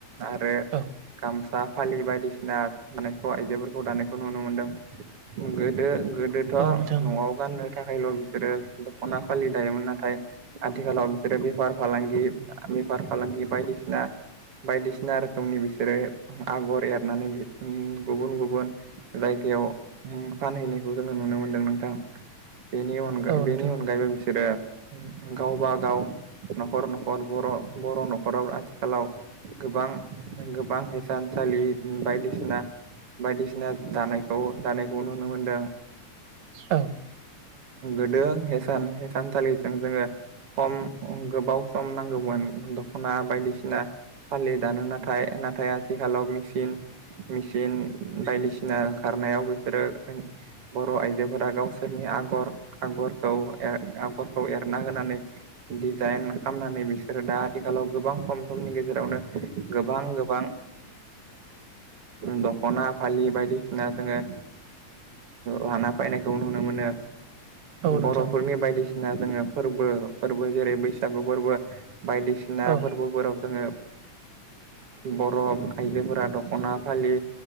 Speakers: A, on the right (about 55°); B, on the right (about 70°).
A: आरो
B: थ'
A: गामसा फालि बायदिसिनाखौ आइजोफोरखौ दानायखौ नुनो मोनदों गोदो गोदोथ'
B: नोंथां
A: न'आव
B: औ
A: गाननो थाखायल' बिसोरो दख'ना फालि दायोमोन नाथाय आथिखालाव बि जेर बेफार फालांगि बेफार फालांगि बायदिसिना बायदिसिना आरोख फुंनि बिसोरो आगर एरनानै गुबुन गुबुन जायगायाव फानहैनायखौ जोङो नुनो मोनदों नोंथां बेनि
B: औ
A: बेनि
B: नोंथां
A: अनगायैबो बिसोरो गावबा गाव न'खर न'खर बर' बर' न'खराव आथि आथिखालाव गोबां गोबां थानसालि बायदिसिना बायदिसिना दानायखौ दानायखौ नुनो मोनदों
B: औ
A: गोदोसानसालिजों जोङो खम गोबाव सम नांगौमोन दखना बायदिसिना फालि दानो नाथाय नाथाय आथिखालाव मेचन मेचिन बायदिसिना ओंखारनायाव बिसोरो बर' आइजोफोरा गावसोरनि आगर आगरखौ आगरखौ एरना होनानै डिजाइन खालामनानै बिसोरो दा आथिखालाव गोबां खम समनि गेजेरावनो गोबां गोबां दखना फालि बायदिसिना जोङो लाना फैनायखौ नुनो मोनो
B: औ नोंथां
A: बर'फोरनि बायदिसिना जोङो फोरबो फोरबो जेरै बैसागु फोरबो बायदिसिना
B: औ नोंथां औ
A: फोरबोफोराव जोङो बरफ आइजोफोरा दख'ना फालि